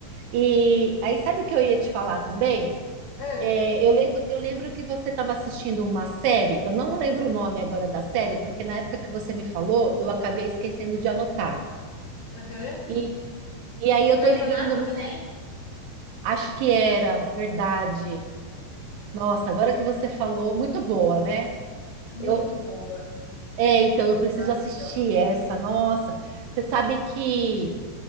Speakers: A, on the right; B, on the left.
A: E aí, sabe o que eu ia te falar também?
B: Ah,
A: É, eu lembro, eu lembro que você estava assistindo uma série, eu não lembro o nome agora da série, porque na época que você me falou, eu acabei esquecendo de anotar.
B: Aham.
A: E, e aí eu
B: Grey's
A: tô ligando,
B: Anatomy,
A: não sei,
B: né?
A: acho que era, verdade. Nossa, agora que você falou, muito boa, né?
B: Muito
A: eu
B: boa.
A: É, então eu preciso
B: Maravilhosa.
A: assistir essa. Nossa, você sabe que